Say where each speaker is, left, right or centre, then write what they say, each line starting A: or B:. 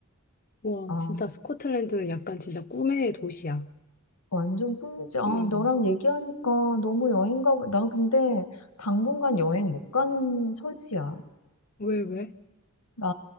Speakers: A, on the left; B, on the left.
A: 와,
B: 아,
A: 진짜 스코틀랜드는 약간 진짜 꿈의 도시야.
B: 완전 꿀이지. 아,
A: 음,
B: 너랑 얘기하니까 너무 여행 가고, 나 근데 당분간 여행 못 가는 처지야.
A: 왜, 왜?
B: 나,